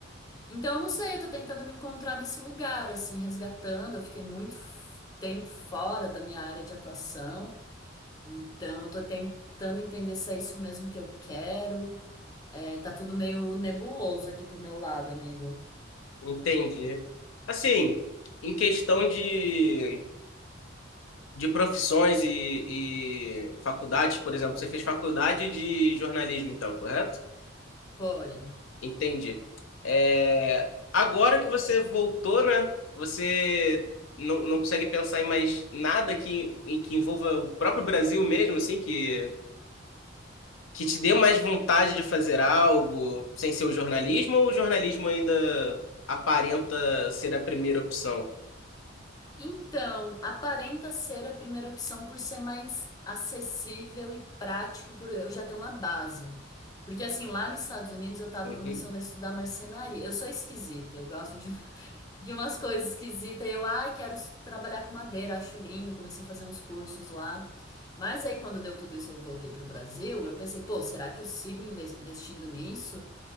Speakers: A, on the left; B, on the left.
A: Então, eu não sei, eu tô tentando me encontrar nesse lugar, assim, resgatando. Eu fiquei muito f- tempo fora da minha área de atuação. Então, eu tô tentando entender se é isso mesmo que eu quero. É, tá tudo meio nebuloso aqui pro meu lado, amigo.
B: Entendi. Assim, em questão de de profissões e, e faculdades, por exemplo, você fez faculdade de jornalismo, então, correto?
A: Foi.
B: Entendi. É, agora que você voltou, né? Você não, não consegue pensar em mais nada que, em que envolva o próprio Brasil mesmo, assim, que, que te dê mais vontade de fazer algo sem ser o jornalismo, ou o jornalismo ainda aparenta ser a primeira opção?
A: Então, aparenta ser a primeira opção por ser mais acessível e prático, por eu já ter uma base. Porque assim, lá nos Estados Unidos eu estava
B: Uhum,
A: começando a estudar marcenaria. Eu sou esquisita, eu gosto de, <laughs> de umas coisas esquisitas. Eu, ai, quero s- trabalhar com madeira, acho lindo, comecei a fazer uns cursos lá. Mas aí quando deu tudo isso, eu voltei pro Brasil, eu pensei, pô, será que eu sigo inves- investindo nisso?